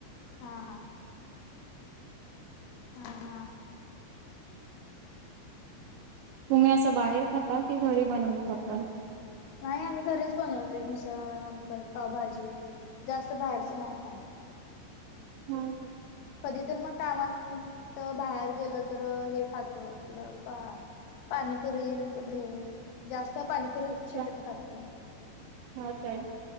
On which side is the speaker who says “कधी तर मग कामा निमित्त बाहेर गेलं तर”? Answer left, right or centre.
Left